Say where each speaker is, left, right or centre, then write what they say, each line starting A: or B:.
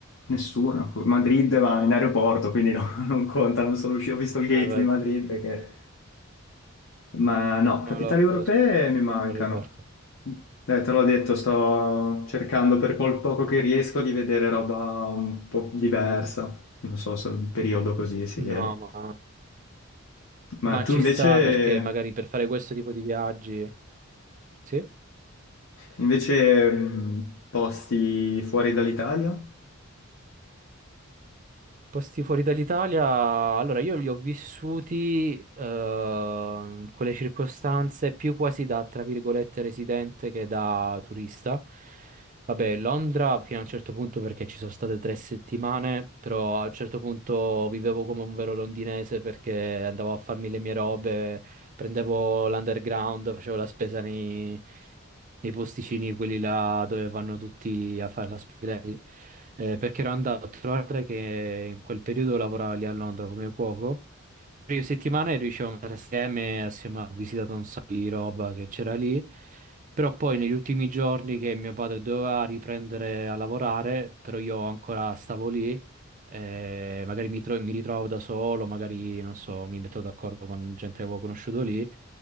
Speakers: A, on the left; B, on the right.
A: nessuna. Madrid va in aeroporto, quindi no, <laughs> non conta, non sono uscito, ho visto il gate
B: Eh, beh,
A: di Madrid, che- ma no, capitali
B: la-
A: europee
B: la-
A: mi mancano.
B: l'aeroporto.
A: Eh, te l'ho detto, sto cercando per quel poco che riesco di vedere roba un po' diversa. Non so se il periodo così si vede.
B: No, ma...
A: Ma
B: ma
A: tu
B: ci
A: invece,
B: sta perché magari per fare questo tipo di viaggi, sì.
A: invece mh, posti fuori dall'Italia?
B: Posti fuori dall'Italia, allora io li ho vissuti eh, in quelle circostanze più quasi da, tra virgolette, residente che da turista. Vabbè, Londra fino a un certo punto perché ci sono state tre settimane, però a un certo punto vivevo come un vero londinese perché andavo a farmi le mie robe prendevo l'underground, facevo la spesa nei, nei posticini, quelli là dove vanno tutti a fare la spesa. Eh, perché ero andato a trovare che in quel periodo lavoravo lì a Londra come cuoco prime settimane riuscivamo a stare assieme, assieme ho visitato un sacco di roba che c'era lì, però poi negli ultimi giorni che mio padre doveva riprendere a lavorare, però io ancora stavo lì, eh, magari mi, tro- mi ritrovavo da solo, magari non so, mi metto d'accordo con gente che avevo conosciuto lì